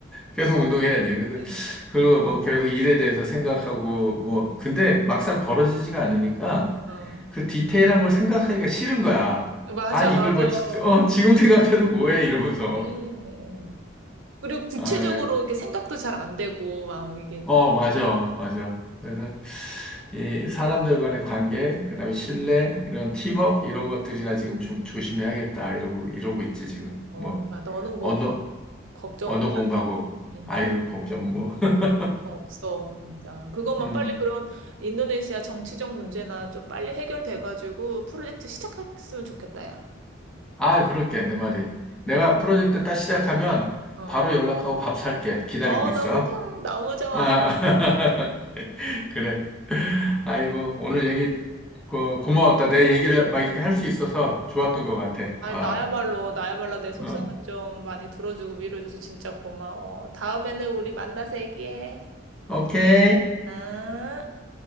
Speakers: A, in the centre; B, on the right (about 80°).
A: 계속 운동해야지. 그래서,
B: <laughs> 응.
A: 그, 뭐, 계속 일에 대해서 생각하고, 뭐, 근데 막상 벌어지지가 않으니까
B: 어.
A: 그 디테일한 걸 생각하기가 싫은 거야.
B: 맞아,
A: 아, 이걸
B: 맞아.
A: 뭐, 지- 어, 지금 생각해도 뭐해? 이러면서.
B: 음. 그리고 구체적으로
A: 아, 예.
B: 이렇게 생각도 잘 안 되고, 막 이게.
A: 어, 맞아, 맞아. 그래서, 이 사람들 간의 관계, 그다음에 신뢰, 이런 팀워크, 이런 것들이나 지금 좀 조심해야겠다. 이러고, 이러고 있지, 지금.
B: 어,
A: 뭐,
B: 아, 너는
A: 언어,
B: 뭐 걱정
A: 언어
B: 없다.
A: 공부하고,
B: 음,
A: 아유, 걱정, 뭐. <laughs>
B: 걱정 없어, 진짜. 그것만
A: 음.
B: 빨리 그런 인도네시아 정치적 문제나 좀 빨리 해결돼가지고 프로젝트 시작했으면 좋겠다, 야.
A: 아, 그러니까 내 말이. 내가 프로젝트 딱 시작하면
B: 어.
A: 바로 연락하고 밥 살게. 기다리고
B: 어,
A: 있어.
B: 너무 좋아. 너무 좋아.
A: 아, <laughs> 그래.
B: 음.
A: 아이고, 오늘 얘기 고, 고마웠다. 내 얘기를 막 이렇게 할 수 있어서 좋았던 것 같아.
B: 아니,
A: 아,
B: 나야말로, 나야말로 내 속상은
A: 어.
B: 좀 많이 들어주고 위로해줘서 진짜 고마워. 다음에는 우리 만나서 얘기해.
A: 오케이.
B: 응?